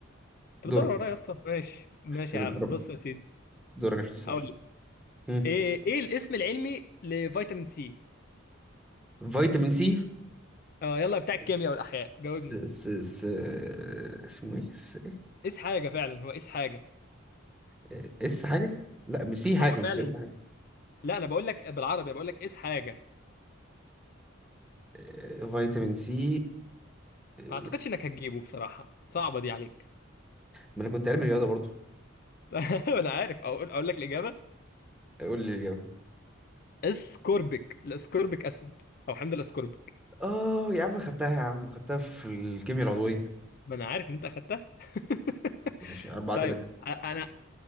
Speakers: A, on the left; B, in the centre.
A: انت
B: دورك
A: بتدور ورايا يا اسطى ماشي ماشي
B: يلا،
A: يا عم بص يا سيدي
B: دورك عشان تسأل
A: هقول لك
B: مم.
A: ايه ايه الاسم العلمي لفيتامين سي
B: فيتامين
A: اه يلا بتاع الكيمياء
B: سي
A: والاحياء جاوبني
B: س س س اسمه ايه س
A: قيس حاجه فعلا هو قيس حاجه
B: ايه اس حاجة لا مش سي حاجة
A: هو فعلا
B: مش اس حاجة
A: لا انا بقول لك بالعربي بقول لك قيس حاجه
B: آه، فيتامين سي آه،
A: ما اعتقدش انك هتجيبه بصراحة صعبة دي عليك
B: ما انا كنت علمي رياضة برضو
A: <laughs> انا عارف اقول اقول لك الاجابة
B: قول لي الإجابة
A: اسكوربيك الاسكوربيك اسيد او حمض الاسكوربيك
B: اه يا عم خدتها يا عم خدتها في الكيمياء العضوية
A: ما انا عارف ان انت اخدتها <laughs>
B: ماشي أربعة
A: طيب
B: تلاتة
A: أ- انا